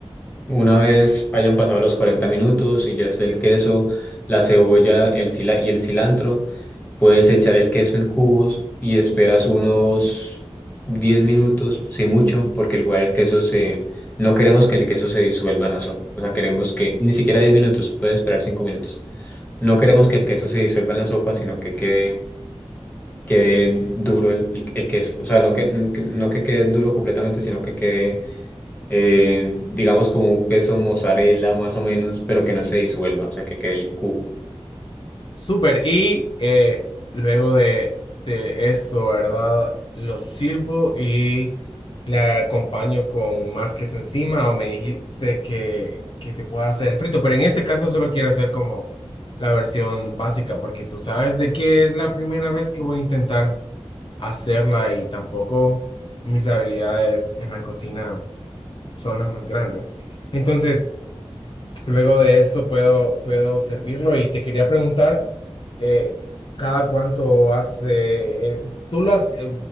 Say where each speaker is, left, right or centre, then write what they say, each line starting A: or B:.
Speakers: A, on the left; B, on the left.
A: Una vez hayan pasado los 40 minutos y ya esté el queso, la cebolla, el cila y el cilantro, puedes echar el queso en cubos y esperas unos 10 minutos, si mucho, porque igual el queso se... No queremos que el queso se disuelva en la sopa, o sea, queremos que... Ni siquiera 10 minutos, puedes esperar 5 minutos. No queremos que el queso se disuelva en la sopa, sino que quede, quede duro el, el- el queso. O sea, no que, no que quede duro completamente, sino que quede eh, digamos como un queso mozzarella más o menos, pero que no se disuelva, o sea, que quede el cubo.
B: Súper. Y eh, luego de, de esto, ¿verdad? Lo sirvo y le acompaño con más queso encima o me dijiste que, que se pueda hacer el frito, pero en este caso solo quiero hacer como la versión básica porque tú sabes de que es la primera vez que voy a intentar hacerla y tampoco mis habilidades en la cocina son las más grandes. Entonces... Luego de esto puedo, puedo servirlo y te quería preguntar, eh, ¿cada cuánto hace? eh, eh, tú lo has, eh,